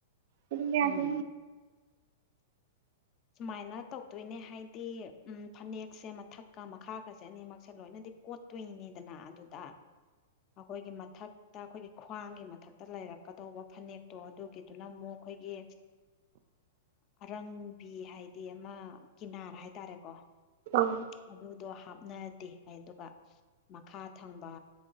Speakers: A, on the right; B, on the left.
A: ꯑꯗꯨꯔꯤꯃ
B: ꯎꯝ
A: ꯑꯗꯨ
B: ꯁꯨꯃꯥꯏꯅ ꯇꯧꯗꯣꯏꯅꯦ ꯍꯥꯏꯗꯤ ꯎ ꯐꯅꯦꯛꯁꯦ ꯃꯊꯛꯀ ꯃꯈꯥꯒꯁꯦ ꯑꯅꯤꯃꯛꯁꯦ ꯂꯣꯏꯅꯗꯤ ꯀꯣꯠꯇꯣꯏꯅꯤꯗꯅ ꯑꯗꯨꯗ ꯑꯩꯈꯣꯏꯒꯤ ꯃꯊꯛꯇ ꯑꯩꯈꯣꯏꯒꯤ ꯈ꯭ꯋꯥꯡꯒꯤ ꯃꯊꯛꯇ ꯂꯩꯔꯛꯀꯗꯧꯕ ꯐꯅꯦꯛꯇꯣ ꯑꯗꯨꯒꯤꯗꯨꯅ ꯑꯃꯨꯛ ꯑꯩꯈꯣꯏꯒꯤ ꯑꯔꯪ ꯕꯤ ꯍꯥꯏꯗꯤ ꯑꯃ ꯀꯤꯅꯥꯔ ꯍꯥꯏꯇꯥꯔꯦꯀꯣ
A: ꯑꯪ
B: ꯑꯗꯨꯗꯣꯍ ꯠꯅꯗꯦ ꯍꯥꯏ ꯑꯗꯨꯒ ꯃꯈꯥ ꯊꯪꯕ